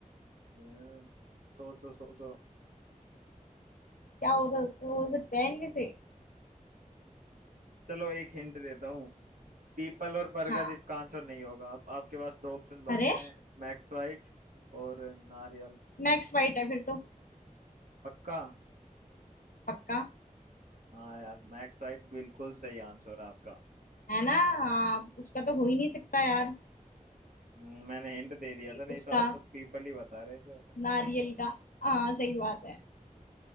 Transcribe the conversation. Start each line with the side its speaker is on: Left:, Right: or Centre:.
Right: अ, सोचो सोचो
Left: क्या हो, सक- हो सकता है इनमें से
Right: चलो एक हिंट देता हूँ पीपल और बरगद
Left: हाँ
Right: इसका आंसर नहीं होगा अब आपके पास दो ऑप्शन बचते
Left: अरे
Right: हैं मैक्स वाइट और नारियल
Left: मैक्स वाइट है फिर तो
Right: पक्का
Left: पक्का
Right: हाँ यार मैक साइट बिल्कुल सही आंसर है आपका
Left: है ना हाँ, उसका तो हो ही नहीं सकता यार
Right: हम्म, मैंने हिंट दे दिया था नहीं
Left: उसका
Right: तो आप तो पीपल ही बता रहे थे
Left: नारियल
Right: <laughs>
Left: का हाँ सही बात है